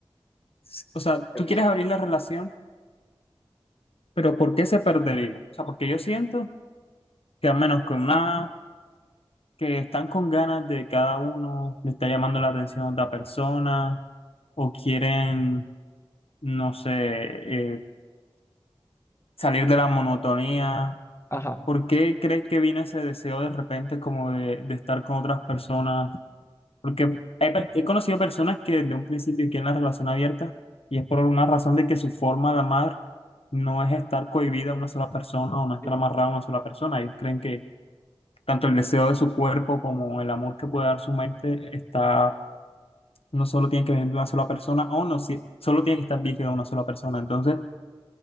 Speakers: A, on the left; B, on the left.
A: S- O sea, tú
B: ¿Qué pasó?
A: quieres abrir la relación, pero ¿por qué se perdería? O sea, porque yo siento que a menos que una, que están con ganas de cada uno, le está llamando la atención a otra persona, o quieren, no sé, eh, salir de la monotonía.
B: Ajá.
A: ¿Por qué crees que viene ese deseo de repente como de, de estar con otras personas? Porque hay per- he conocido personas que desde un principio quieren la relación abierta y es por una razón de que su forma de amar no es estar cohibida a una sola persona o no estar
B: sí.
A: amarrada a una sola persona. Ellos creen que tanto el deseo de su cuerpo como el amor que puede dar su mente está, no solo tiene que venir de una sola persona o no, si- solo tiene que estar virgen de una sola persona. Entonces,